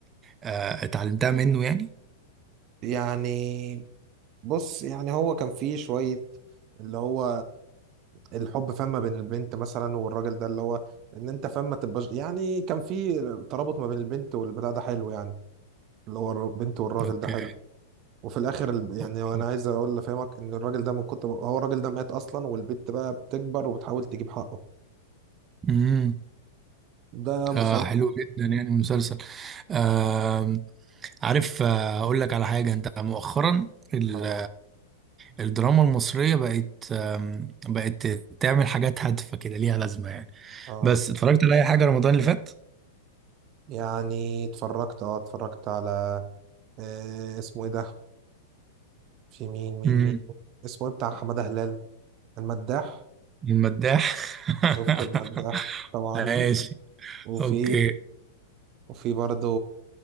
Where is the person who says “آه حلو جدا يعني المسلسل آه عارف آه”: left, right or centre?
Right